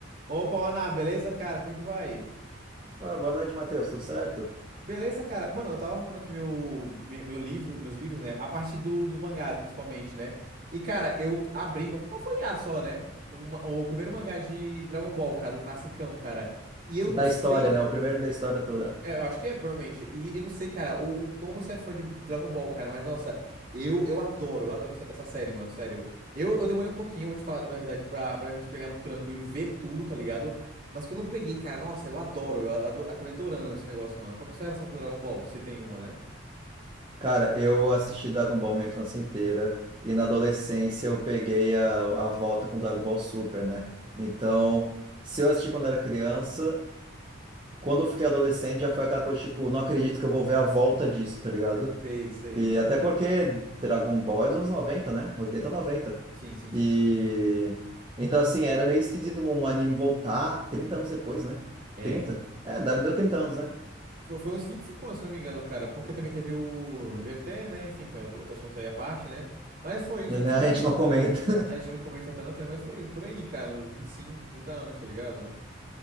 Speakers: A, on the right; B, on the right.
A: Opa, Ana, beleza, cara? Como é que vai?
B: Ah, boa noite, Matheus. Tudo certo?
A: Beleza, cara? Mano, eu tava arrumando aqui meu, me- meu, livro, meus livros, né? A parte do, dos mangás, principalmente, né? E, cara, eu abri pra, pra folhear só, né? Uma- o primeiro mangá de Dragon Ball, cara, do classicão, cara. E eu
B: Da
A: não sei
B: história, né? O primeiro da história toda.
A: É, Eu acho que é, provavelmente. E, e não sei, cara, o, o quão você é fã de Dragon Ball, cara, mas nossa, eu, eu adoro, eu adoro essa, essa série, mano, sério. Eu, eu demorei um pouquinho, vou te falar a verdade, pra, pra realmente pegar no tranco e ver tudo, tá ligado? Mas quando eu peguei, cara, nossa, eu adoro, eu ado- acabei adorando esse negócio, mano. Qual que é a sua relação com Dragon Ball? Se tem uma, né?
B: Cara, eu assisti Dragon Ball minha infância inteira e na adolescência eu peguei a, a volta com Dragon Ball Super, né? Então, se eu assisti quando era criança, quando eu fiquei adolescente já foi aquela coisa tipo, não acredito que eu vou ver a volta disso, tá ligado?
A: Sei, sei.
B: E até porque Dragon Ball é dos anos 90, né? 80, 90.
A: Sim, sim,
B: E
A: sim, sim.
B: então assim, era meio esquisito um anime voltar 30 anos depois, né?
A: É.
B: 30. É, deve deu 30 anos, né?
A: Foi, foi uns 25 anos, se não me engano, cara. Porque também teve o GT, né? Enfim, que é outro, outro assunto aí à parte, né? Mas foi uns vinte
B: né?
A: e cinco
B: A gente
A: anos,
B: não
A: cara.
B: comenta. <laughs>
A: A gente não comenta tanto, né? Mas foi por aí, cara. Uns 25 30 anos, tá ligado?